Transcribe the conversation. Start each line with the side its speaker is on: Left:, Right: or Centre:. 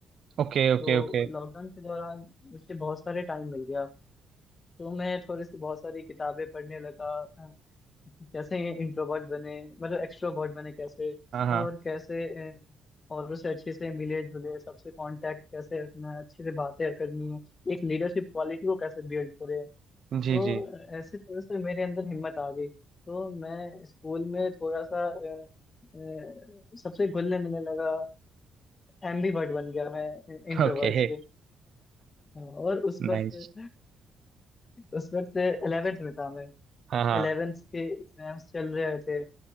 Right: Okay okay
Left: तो
Right: okay
Left: लॉकडाउन के दौरान मुझे बहुत सारे टाइम मिल गया तो मैं थोड़ी सी बहुत सारी किताबें पढ़ने लगा अ, कैसे इंट्रोवर्ट बने मतलब एक्सट्रोवर्ट बने कैसे
Right: हाँ हाँ
Left: और कैसे अ, औरों से अच्छे से मिले जुले सबसे कांटेक्ट कैसे रखना है अच्छे से बातें करनी है एक लीडरशिप क्वालिटी को कैसे बिल्ड करें
Right: जी
Left: तो
Right: जी
Left: ऐसे थोड़ा सा मेरे अंदर हिम्मत आ गई तो मैं स्कूल में थोड़ा सा अ, अ, सबसे घुलने मिलने लगा एम्बीवर्ट बन गया मैं इंट्रोवर्ट
Right: ओके
Left: से हाँ, और उस
Right: <laughs>
Left: वक्त
Right: नाइस
Left: उस वक्त 11th में था मैं
Right: हाँ हाँ
Left: 11th के एग्जाम्स चल रहे थे